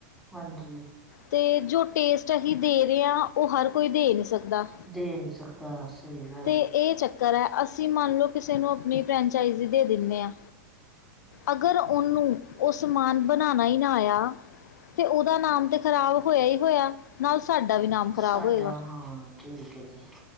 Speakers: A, in the centre; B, on the left.
A: ਹਾਂਜੀ
B: ਤੇ ਜੋ ਟੇਸਟ ਅਸੀਂ ਦੇ ਰਹੇ ਹਾਂ ਓ ਹਰ ਕੋਈ ਦੇ ਨੀ ਸਕਦਾ।
A: ਦੇ ਨੀ ਸਰ ਦਾ ਸਈ ਗੱਲ ਐ।
B: ਤੇ ਇਹ ਚੱਕਰ ਹੈ ਅਸੀਂ ਮੰਨ ਲਓ ਕਿਸੇ ਨੂੰ ਆਪਣੀ ਫਰੈਂਚਾਈਜੀ ਦੇ ਦਿੰਨੇ ਆ। ਅਗਰ ਓਨੂੰ ਉਹ ਸਮਾਨ ਬਨਾਨਾ ਈ ਨਾ ਆਇਆ। ਤੇ ਓਦਾ ਨਾਮ ਤੇ ਖ਼ਰਾਬ ਹੋਇਆ ਹੀ ਹੋਇਆ ਨਾਲ ਸਾਡਾ ਵੀ ਨਾਮ ਖ਼ਰਾਬ
A: ਸਾਡਾ
B: ਹੋਏਗਾ।
A: ਹਾਂ ਠੀਕ ਹੈ ਜੀ।